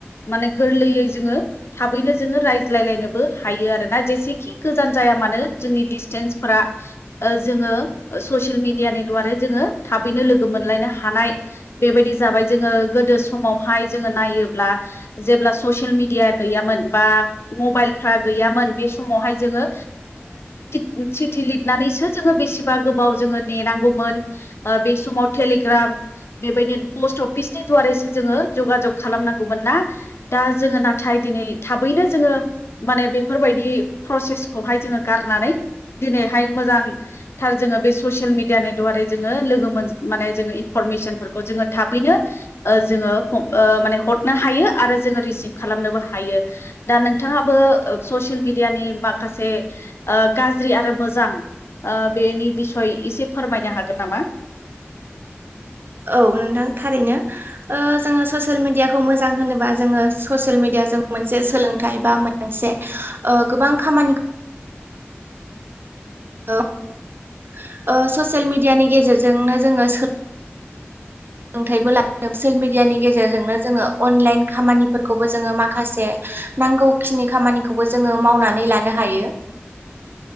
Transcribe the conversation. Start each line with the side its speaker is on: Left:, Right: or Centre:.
Left: माने गोरलैयै जोङो थाबैनो जोङो रायज्लायलायनोबो हायो आरोोना जेसेखि गोजान जाया जाया मानो जोंनि डिस्थेनजफोरा ओ जोङो ससेल मिडियानि दारै जोङो थाबै नो लोगो मोनलायनो हा हानाय बेबायदि जाबाय जोङो गोदो समावहाय जोङो नायोब्ला जेब्ला ससियेल मिडिया गैयामोन बा मबाइलफ्रा गैयामोन बे समावहाय जोङो लिरनानैसो जोङो बेसेबा गोबाव जोङो नेनांगौमोन बे समाव जाम बेबायदिनो पस्ट अफिसनि दुवारैसो जोङो जगाजग खालामनांगौमोन ना दा जोङो नाथाय दिनै थाबैनो जोङो माने बेफोरबायदि प्रसेसखौहाय जोङो गारनानै दिनैहाय मोजांथार जोङो बे ससियेल मिडियानि दुवारै जोङो लोगो मोन माने जोङो इनपरमेसनफोरखौ जोङो थाबैनो ओ जोङो माने हरनो हायो आरो जोङो रि सिभ खालामनोबो हायो दा नोंथाङाबो ओ ससियेल मिडियानि माखासे ओ गाज्रि आरो मोजां बेनि बिसय एसे फोरमायनो हागोन नामा?
Right: औ नोंथां थारैनो। ओ जोङो ससियेल मिडियाखौ मोजां होनोबा जोङो ससियेल मिडिया जों मोनसे सोलोंथाइ बा मोनसे गोबां खामानिखौ ओ ससियेल मिडियानि गेजेरजोंनो जोङो सोलोंथाइबो लायो ससियेल मिडियानि गेजेरजोंनो जोङो अनलाइन खामानिफोरखौबो जोङो माखासे नांगौखिनि खामानिखौबो जोङो मावनानै लानो हायो।